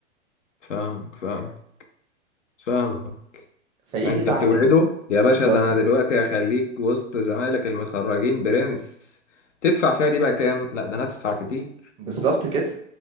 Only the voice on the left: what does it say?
فاهمك فاهمك فاهمك
انت
بتوعده يا باشا
ده انا دلوقتي هخليك وسط زمايلك المتخرجين برنس تدفع فيها دي بقى كام لا ده انا ادفع كتير